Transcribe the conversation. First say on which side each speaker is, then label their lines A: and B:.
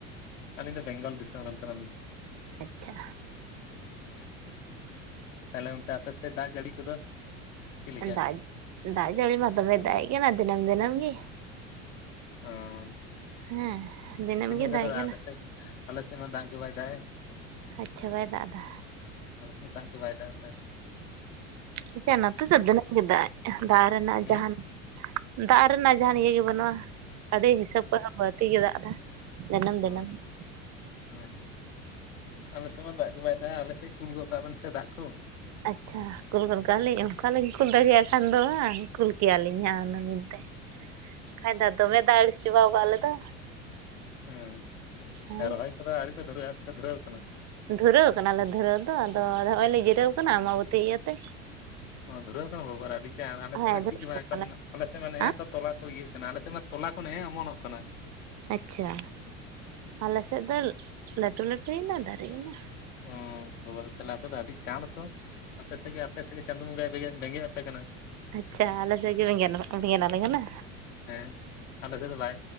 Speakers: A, on the left; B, on the right.
A: ᱟᱞᱤᱧ ᱫᱚ ᱵᱮᱝᱜᱚᱞ ᱫᱤᱥᱚᱢ ᱨᱮᱱ ᱠᱟᱱᱟ ᱞᱤᱧ
B: ᱟᱪᱪᱷᱟ
A: ᱛᱟᱦᱚᱞᱮ ᱚᱱᱛᱮ ᱟᱯᱮ ᱥᱮᱫ ᱫᱟᱜ ᱡᱟᱹᱲᱤ ᱠᱚᱫᱚ ᱪᱮᱫ ᱞᱮᱠᱟ
B: ᱫᱟᱜ ᱫᱟᱜ ᱡᱟᱞᱤ ᱢᱟ ᱫᱚᱢᱮ ᱫᱟᱭᱴᱜ ᱮᱜ ᱠᱟᱱᱟ ᱫᱤᱱᱟᱹᱢ ᱫᱤᱱᱟᱹᱢ ᱜᱮ
A: ᱚᱸ
B: ᱦᱮᱸ
A: ᱫᱤᱱᱟᱹᱢ ᱜᱮ
B: ᱫᱟᱜ
A: <unintelligible>
B: ᱮᱜ ᱠᱟᱱᱟ
A: ᱟᱞᱮ ᱥᱮᱫ ᱟᱞᱮ ᱥᱮᱫ ᱢᱟ ᱫᱟᱜ ᱜᱮ ᱵᱟᱭ ᱫᱟᱜ ᱮᱜ
B: ᱟᱪᱪᱷᱟ ᱵᱟᱭ ᱫᱟᱜ ᱫᱟ
A: ᱟᱞᱮ ᱥᱮᱫ ᱫᱟᱜ ᱜᱮ ᱵᱟᱭ ᱫᱟᱜ ᱮᱫᱟ
B: ᱟᱪᱪᱷᱟ ᱱᱚᱛᱮ ᱫᱚ ᱫᱤᱱᱟᱹᱢ ᱜᱮ ᱫᱟᱜ ᱫᱟᱜ ᱨᱮᱱᱟᱜ
A: ᱦᱩᱸ
B: ᱡᱟᱦᱟᱱ ᱫᱟᱜ ᱨᱮᱱᱟᱜ ᱡᱟᱦᱟᱸ ᱱᱤᱭᱟᱹ ᱜᱮ ᱵᱟᱹᱱᱩᱜ-ᱟ ᱟᱹᱰᱤ ᱦᱤᱥᱟᱹᱵ ᱠᱷᱚᱱ ᱵᱟᱹᱲᱛᱤ ᱜᱮ ᱫᱟᱜ ᱮᱫᱟ ᱫᱤᱱᱟᱹᱢ
A: ᱦᱚᱸ
B: ᱫᱤᱱᱟᱹᱢ ᱦᱩᱸ
A: ᱟᱪᱪᱷᱟ ᱟᱞᱮᱥᱮᱫ ᱢᱟ ᱫᱟᱜ ᱜᱮ ᱵᱟᱭ ᱫᱟᱜ ᱟᱞᱮ ᱥᱮᱫ ᱠᱩᱞ ᱜᱚᱫ ᱠᱟᱜ ᱵᱤᱱ ᱥᱮ ᱫᱟᱜ ᱠᱚ
B: ᱟᱪᱪᱷᱟ ᱠᱩᱞ ᱜᱚᱫ ᱠᱟᱜᱞᱤᱧ
A: ᱦᱮᱸ,
B: ᱚᱱᱠᱟᱞᱤᱧ ᱠᱩᱞ ᱫᱟᱲᱮᱭᱟᱜ ᱠᱷᱟᱱ ᱫᱚ ᱵᱟᱝ ᱠᱩᱞ ᱠᱮᱭᱟᱞᱤᱧ ᱦᱟᱸᱜ ᱚᱱᱟ ᱢᱤᱫ ᱛᱮ ᱠᱷᱟᱡ ᱫᱚ ᱫᱚᱢᱮ ᱫᱟᱜ ᱟᱲᱤᱥ ᱪᱟᱵᱟ ᱟᱠᱟᱜ ᱟᱞᱮ ᱫᱚ
A: ᱦᱮᱸ
B: ᱦᱮᱸ᱾
A: ᱨᱚᱦᱚᱭ ᱠᱚᱫᱚ ᱟᱹᱣᱨᱤ ᱯᱮ ᱫᱷᱩᱨᱟᱹᱣ ᱟᱥᱮ ᱯᱮ ᱫᱷᱩᱨᱟᱹᱣ ᱟᱠᱟᱱᱟ
B: ᱫᱷᱩᱨᱟᱹᱣ ᱠᱟᱱᱟᱞᱮ ᱫᱷᱩᱨᱟᱹᱣ ᱫᱚ ᱟᱫᱚ ᱱᱚᱜ-ᱚᱭ ᱞᱮ ᱡᱤᱨᱟᱹᱣ ᱠᱟᱱᱟ ᱟᱢᱟᱵᱚᱛᱤ ᱤᱭᱟᱹᱛᱮ
A: ᱚ ᱫᱷᱩᱨᱟᱹᱣ ᱠᱟᱱᱟ ᱵᱟᱵᱟᱨ ᱟᱹᱰᱤ ᱪᱟᱹᱲ ᱟᱞᱮᱥᱮᱫ
B: ᱦᱮᱸ
A: ᱢᱟ
B: ᱫᱷᱩᱨᱟᱹᱣ
A: ᱪᱮᱫ ᱜᱮ ᱵᱟᱜ
B: ᱠᱟᱱᱟᱞᱮ
A: ᱮᱠᱷᱚᱱ ᱟᱞᱮᱥᱮᱫ ᱢᱟ ᱱᱮᱜ-ᱮ
B: ᱦᱟᱸᱜ
A: ᱛᱚ ᱛᱚᱞᱟ ᱠᱚ ᱤᱭᱟᱹ ᱠᱟᱱᱟ ᱟᱞᱮᱥᱮᱫ ᱢᱟ ᱛᱚᱞᱟ ᱠᱷᱚᱱ ᱱᱮᱜ-ᱮ ᱚᱢᱚᱱᱚᱜ ᱠᱟᱱᱟ
B: ᱟᱪᱪᱷᱟ ᱟᱞᱮᱥᱮᱫ ᱫᱚ ᱞᱟᱹᱴᱩ ᱞᱟᱹᱴᱩᱭᱮᱱᱟ ᱫᱟᱨᱮᱱᱟ
A: ᱚᱸ ᱵᱟᱵᱟᱨᱮ ᱛᱟᱦᱮ ᱟᱯᱮ ᱫᱚ ᱟᱹᱰᱤ ᱪᱟᱹᱲ ᱛᱚ ᱟᱯᱮᱥᱮᱫ ᱜᱮ ᱟᱯᱮᱥᱮᱫ ᱜᱮ ᱪᱟᱸᱫᱚ ᱵᱚᱸᱜᱟᱭ ᱵᱮᱸᱜᱮᱫ ᱟᱯᱮ ᱠᱟᱱᱟ
B: ᱟᱪᱪᱷᱟ ᱟᱞᱮ ᱥᱮᱫ ᱜᱮ ᱵᱮᱸᱱ ᱵᱮᱸᱜᱮᱫ ᱟᱞᱮ ᱠᱟᱱᱟ
A: ᱦᱮᱸ ᱟᱞᱮ ᱥᱮᱫ ᱫᱚ ᱵᱟᱭ